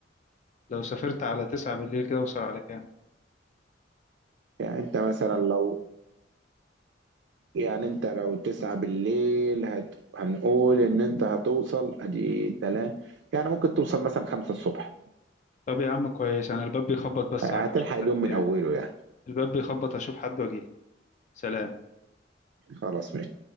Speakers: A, on the left (about 40°); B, on the right (about 65°).
A: لو سافرت على 9 بالليل كده هوصل على كام
B: يعني انت مثلا لو يعني انت لو تسعة بالليل هت... هنقول ان انت هتوصل ادي تلاتة يعني ممكن توصل مثلا خمسة الصبح
A: طب يا عم كويس أنا الباب بيخبط بس
B: هتلحق
A: هروح أشوف
B: اليوم
A: حد
B: من
A: تاني
B: اوله يعني
A: الباب بيخبط أشوف حد وأجيلك سلام
B: خلاص ماشي